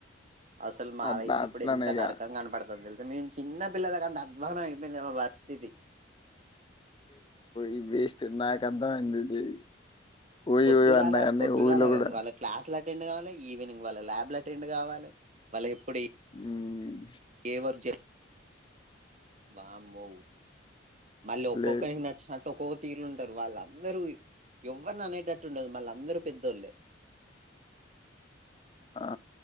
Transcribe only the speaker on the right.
అసలు మాదైతే
ఇప్పుడు ఎంత
నరకంగా కనపడుతుంది తెలు మ చిన్నపిల్ల కన్నా అధ్వానం అయిపోయింది మా పరిస్థితి
పొద్దుగాల
పొద్దుగాల
వాళ్ళ క్లాసులు అత అటెండ్ కావాలి ఈవినింగ్ వాళ్ళ ల్యాబ్లు అటెండ్ కావాలే వాళ్ళకి ఎప్పుడు
ఏ వర్క్ చే వామ్మో మారి ఒకోక్కరికి
నచ్చినట్టు ఒకోరు తీరుంటారు వాళ్ళందరూ ఎవ్వరిని అనేటట్టు ఉండదు మళ్ళ అందరూ పెద్దోళ్ళే